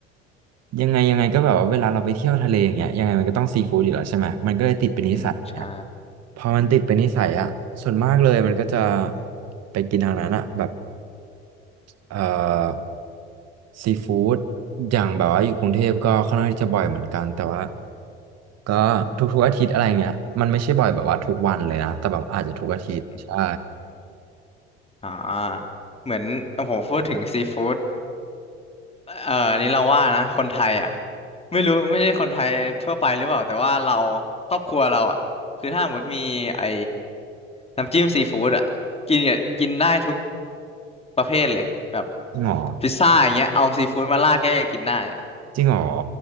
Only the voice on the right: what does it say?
ยังไงยังไงก็แบบว่าเวลาเราไปเที่ยวทะเลอย่างเงี้ยยังไงมันก็ต้องซีฟู้ดอยู่แล้วใช่ไหมมันก็เลยติดเป็นนิสัยอย่างเงี้ย
พอมันติดเป็นนิสัยอะส่วนมากเลยมันก็จะไปกินทางนั้นอะแบบเอ่อซีฟู้ดอย่างแบบว่าอยู่กรุงเทพก็ค่อนข้างที่จะบ่อยเหมือนกันแต่ว่าก็ทุกๆอาทิตย์อะไรเงี้ยมันไม่ใช่บ่อยแบบว่าทุกวันเลยนะแต่แบบอาจจะทุกอาทิตย์ใช่
จริงเหรอ
จริงเหรอ